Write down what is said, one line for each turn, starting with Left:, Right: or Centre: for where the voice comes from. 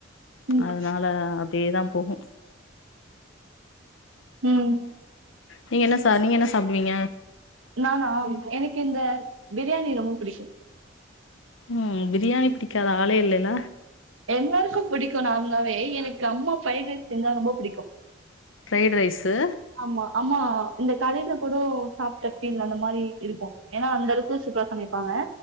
Right: ம்
Left: அதனால அப்டே தா போகு
Right: ம்
Left: நீங்க என்ன சா நீங்க என்ன சாப்டுவீங்க
Right: நானா எனக்கு இந்த பிரியாணி ரொம்ப பிடிக்கு
Left: ம் பிரியாணி பிடிக்காத ஆளே இல்லல
Right: எல்லாருக்கு புடிக்கு நார்மலாவே எனக்கு அம்மா ஃப்ரைட்ரைஸ் செஞ்சா ரொம்ப புடிக்கு
Left: ஃப்ரைட் ரைஸு
Right: ஆமா ஆமா இந்த கடைல கூட சாப்ட்ட ஃபீல் அந்த மாரி இருக்கு ஏனா அந்த அளக்கு சூபரா சமைப்பாங்க